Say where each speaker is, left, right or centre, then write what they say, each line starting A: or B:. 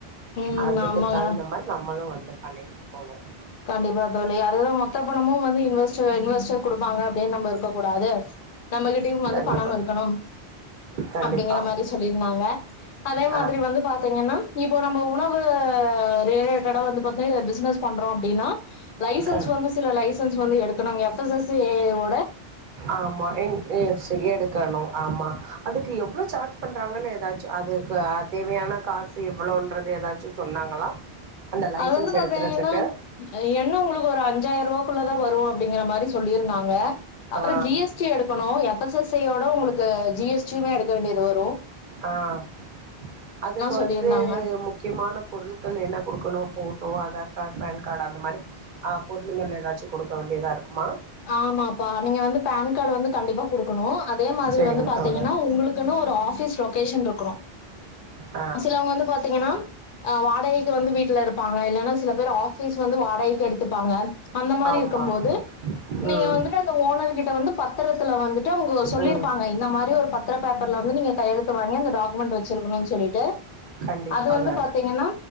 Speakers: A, on the left; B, on the right.
A: உம்
B: அதுக்கு
A: ஆமாங்க
B: தகுந்த மாரி நம்மளும் வந் இத பண்ணிக்கிட்டு போகணும்
A: கண்டிப்பா தோழி அதுதான் மொத்த பணமும் வந்து இன்வெஸ்ட இன்வெஸ்டர் குடுப்பாங்க அப்டின்னு நம்ம இருக்க கூடாது நம்மகிட்டயும் வந்து
B: கண்டிப்பா
A: பணம் இருக்கணும்
B: கண்டிப்பா.
A: அப்டிங்கற மாரி சொல்லிருந்தாங்க அதே மாதிரி
B: ஆ
A: வந்து பாத்தீங்கன்னா இப்போ நம்ம உணவு ரிலேட்டடா வந்து து பிசினஸ் பண்றோம் அப்டினா லைசன்ஸ்
B: க
A: வந்து சில லைசன்ஸ் வந்து எடுக்கணும் எஸ் எஸ் சி ஏ வ
B: ஆமா எங் எஸ் எடுக்கணும் ஆமா அதுக்கு எவ்ளோ சார்ஜ் பண்றாங்கன்னு ஏதாச் ச்சு அதுக்கு தேவையான காசு எவ்வளோன்றது ஏதாச்சும் சொன்னாங்களா அந்த லைசன்ஸ்
A: அது வந்து பாத்தீங்கன்னா
B: எடுக்கறதுக்கு?
A: எண்ண உங்களுக்கு ஒரு அஞ்சாயிரம் ரூபாக்குள்ளதான் வரும் அப்படிங்கற மாரி சொல்லியிருந்தாங்க அப்புறம்
B: ஆ
A: ஜி எஸ் டி எடுக்கணும் எ எஸ் எஸ் ஐ யோட உங்களுக்கு ஜி எஸ் டி யுமே எடுக்க வேண்டியது வரும்
B: ஆஹ் அதுக்கு
A: சொல்லியிருந்தாங்க
B: வந்து முக்கியமான பொருட்கள் என்ன கொடுக்கணும் photo Aadhaar card PAN card அந்த மாதிரி ஆஹ் பொருளுங்க ஏதாச் ச்சு கொடுக்க வேண்டியதா இருக்குமா
A: ஆமாப்பா நீங்க வந்து பான் கார்டு வந்து கண்டிப்பா கொடுக்கணும் அ அதே மாதிரி
B: சரிங்க
A: வந்து பாத்தீங்கன்னா
B: தோழி
A: உங்களுக்குன்னு ஒரு ஆபிஸ் லொகேஷன் இருக்கணும்
B: ஆ
A: சிலவங்க வந்து பாத்தீங்கன்னா ஹ் வாடகைக்கு வந்து வீட்டுல இருப்பாங்க இல்லைன்னா சில பேர் ஆபீஸ் வந்து வாடகைக்கு எடுத்து துப்பாங்க அந்த மாரி
B: ஆமா
A: இருக்கம் போது நீங்க
B: ம்
A: வந்துட்டு அந்த ஓனர் கிட்ட வ ந்து பத்தரத்துல வந்து ட்டு உங்க சொல்லிருப்பாங்க
B: ம்
A: இந்த மாரி ஒரு பத்தர பேப் பர்ல வந்து நீங்க கையெழுத்து வாங்கி அந்த டாக்குமண்ட் வெச்சிருக்குனு சொல்லிட் டு
B: கண்டிப்பாக
A: அது வந்து பாத்திங்கனா